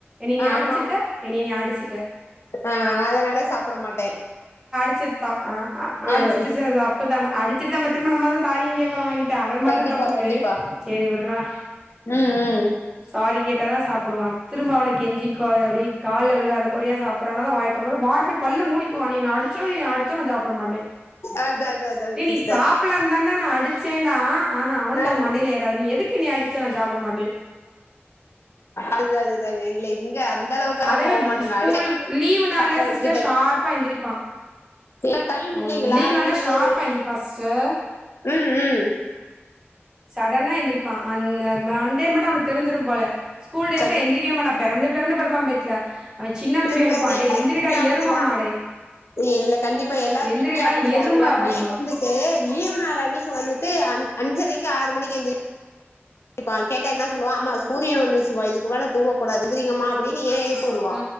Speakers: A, on the right; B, on the left.
A: நீ என்னய
B: ஆமா
A: அடி ச்சிட்ட என்னய நீ அடிச்சிட்ட
B: ஆ அதனால சாப்ட மாட்டே
A: சேரி த ஆ அ அடிச்சிட்டு
B: ம்
A: சேர் அப்ப தண்ட அடிச்சிட்டு நம்ம திரும்ப நம்ம தா சாரியு கேக்கணு அவன்கிட் ட்ட அவ
B: கண்டிப்பா
A: பண்ண தப்புக்கு
B: கண்டிப்பா
A: சேரி விர்றா
B: ம் ம்
A: சாரி கேட்ட தா சாப்டுவா திரும்ப அவன கெஞ்சி குழாவி அப்டியே கால்ல விழுகாத கொறையா சாப்புறானா‌தா வாயத் தவற வாய அப்டியே பல்ல மூடிக்குவா நீ என்ன அடிச்ச நீ அடிச்ச நா சாப்ட மாட்டே
B: அது அது அதான்
A: டே நீ
B: சிஸ்டர்
A: சாப்படலந்தாண்டா நா அடிச் சேன்னா ஆஹா அவனுக்கு
B: ம்
A: அது மண்டையில ஏறாது நீ எதுக்கு என்னய அடிச்ச நா சாப்ட மாட்டே
B: அது அதுதாங்க இல்ல இங் ங்க அந்த அளவுக்கா
A: அதே
B: போக
A: மாரி
B: மாட்டேங்க
A: ஸ்கூல்
B: அடிச்சா
A: லீவு நாள்ல
B: சாப்பா <unintelligible>
A: சிஸ்டர் ஷார்ப்பா எந்திரிப்பா
B: ஏன்னா டைம்
A: ம்
B: இல்லைங்களா
A: லீவ் நாள்ல
B: இவல்கு
A: ஷார்ப்பா எந்திரிப்பா சிஸ்டர்
B: ம் ம்
A: சடனா எந்திரிப்பா அந்த மண்டே மட்டு அவனுக்கு தெரிஞ்சிரு போல ஸ்கூல் டேஸ்ல
B: கண்
A: எந்திரிக்கவே மாட்டா பெறண்டு பெறண்டு படுப்பா பெட்ல அவ சின்னவ வந்து
B: சிஸ்டர்
A: எழுப்புவா
B: எல்லார்
A: டே எந்திரிடா
B: வீட்லயு அப்படிதா
A: எரும மாடே
B: இல்ல கண்டிப்பா எல்லாரு
A: எந்திரிடா
B: வீட்லயு அப்பிடிதா
A: எரும
B: எ
A: அப்டின்னுவா
B: பைய வந்துட்டு லீவ் நாள் அன்னைக் கி வந்துட்டு அஞ்சரைக்கு ஆறு மணிக்கி எந்திரிப் பா கேட்டா என்ன சொல்லுவா அம்மா சூரியன் வந்துருச்சுமா இதுக்கு மேல தூங்கக்கூடாது எந்திரிங்கமா அப்டின்னு ஏ போடுவா
A: ஆ